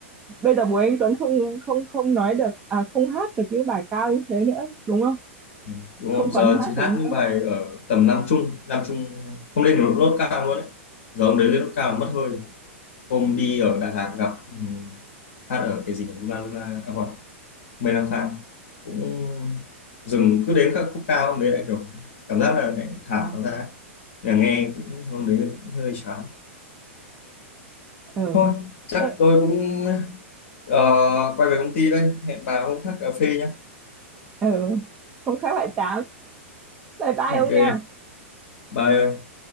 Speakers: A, on the right; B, on the left.
A: bây giờ Bùi Anh Tuấn không không không nói được à không hát được những bài cao như thế nữa đúng không
B: ừ, đúng
A: không
B: không
A: còn
B: giờ
A: hát
B: chỉ hát
A: được
B: những
A: nữa
B: bài ở tầm nam trung nam trung không lên được nốt cao luôn đấy giờ hôm đấy lên nốt cao là mất hơi hôm đi ở Đà Lạt gặp ừm, hát ở cái gì nhỉ Luna Luna à quên Mây lang thang cũng dừng cứ đến các khúc cao hôm đấy lại kiểu cảm giác là lại thả nó ra ấy. là nghe cũng hôm đấy hơi chán
A: ừ
B: thôi chắc
A: Ê,
B: tôi cũng ờ, quay về công ty đây hẹn bà hôm khác cà phê nhá
A: ừ không khác bạn tám bye bye
B: ok
A: ông nha
B: bye